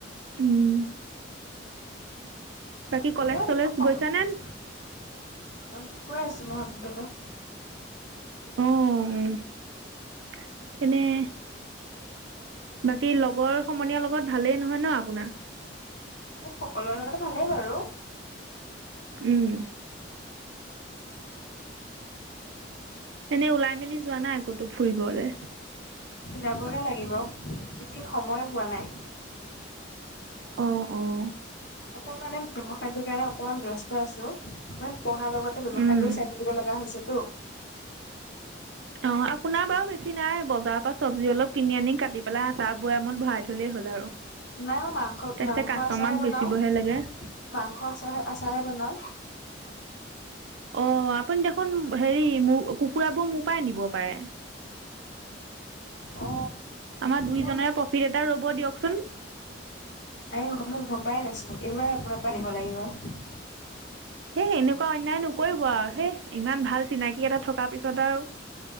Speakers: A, on the right; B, on the left.
A: উম। বাকী
B: <unintelligible>
A: কলেজ চলেজ গৈছানে
B: গৈ আছোঁ মহাবিদ্যালয়।
A: অ' উম, এনে বাকী লগৰ সমনীয়াৰ লগত ভালেই নহয় ন' আপোনাৰ।
B: সকলোৰে লগতে ভালেই বাৰু।
A: উম। এনেই ওলাই মেলি যোৱা নাই ক'তো ফুৰিবলৈ।
B: যাবহে লাগিব, ইকিন সময়ে পোৱা নাই।
A: অ', অ'।
B: অকণ মানে ব্যৱসায়টোৰ কাৰণে অকমান ব্যস্ত আছোঁ। মানে পঢ়াৰ লগতে ব্যৱসায়টোও
A: উম
B: চাই থাকিব লগা হৈছেতো।
A: অ' আপোনাৰ বাৰু বেছি নাই বজাৰৰ পৰা চব্জি অলপ কিনি আনি কাটি পেলাই আচাৰ বয়ামত ভৰাই থ'লেই হ'ল আৰু।
B: নাই মই মাংস
A: তাৰপিছত
B: মাংস
A: কাষ্টমাৰক
B: আচাৰহে বনাওঁ,
A: বেচিবহে লাগে
B: মাংস আচাৰ আচাৰে বনাওঁ।
A: অ' আপুনি দেখোন হেৰি মোৰ কুকুৰাবোৰ মোৰ পৰাই নিব পাৰে।
B: অ
A: আমাৰ দুইজনৰে
B: মই
A: প্ৰফিট এটা ৰ'ব দিয়কচোন।
B: এই সমূহ ভৱাই নাছিলোঁ এইবাৰ আপোনাৰ পৰাই নিব লাগিব।
A: হেই এনেকুৱা অন্যায় নকৰিব আৰু হেই ইমান ভাল চিনাকি এটা থকাৰ পিছত আৰু।